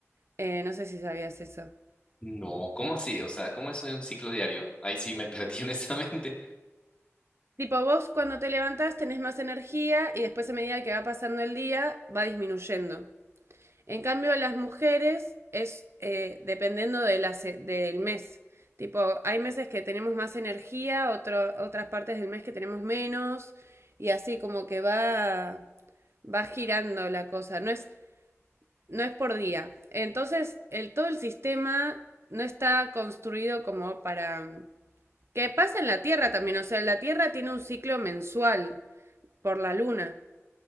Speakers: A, on the right; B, on the left.
A: Eh, no sé si sabías eso.
B: No, ¿cómo así? O sea, ¿cómo eso de un ciclo diario? Ahí sí me perdí <laughs> honestamente.
A: Tipo, vos cuando te levantás tenés más energía y después a medida que va pasando el día va disminuyendo. En cambio, las mujeres es eh, dependiendo de la se- del mes. Tipo, hay meses que tenemos más energía, otro- otras partes del mes que tenemos menos y así como que va, va girando la cosa. No es, no es por día. Entonces, el, todo el sistema no está construido como para mm, Que pasa en la Tierra también, o sea, la Tierra tiene un ciclo mensual por la Luna.